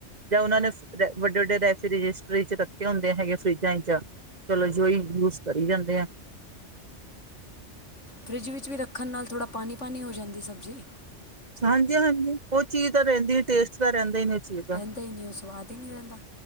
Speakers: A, on the right (about 40°); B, on the left (about 85°).
A: ਜਾਂ ਓਨਾ ਨੇ ਵੱਡੇ, ਵੱਡੇ ਰੈਫ ਰਸੋਈ ਚ ਰੱਖੇ ਹੁੰਦੇ ਹੈਗੇ ਫਰਿਜਾਂ ਚ ਚਲੋ ਜੋ ਓਈ ਯੂਜ ਕਰੀ ਜਾਂਦੇ ਆ।
B: ਫਰਿੱਜ ਵਿੱਚ ਵੀ ਰੱਖਨ ਨਾਲ ਥੋੜਾ ਪਾਨੀ, ਪਾਨੀ ਹੋ ਜਾਂਦੀ ਸਬਜੀ।
A: ਹਾਂਜੀ, ਹਾਂਜੀ ਓ ਚੀਜ ਤਾਂ ਰੈਂਦੀ ਨੀ ਟੇਸਟ ਤਾਂ ਰੈਂਦਾ ਨੀ ਚੀਜ਼ ਦਾ
B: ਹੋਂਦਾ ਈ ਨੀ ਓ ਸਵਾਦ ਈ ਨੀ ਰੈਂਦਾ।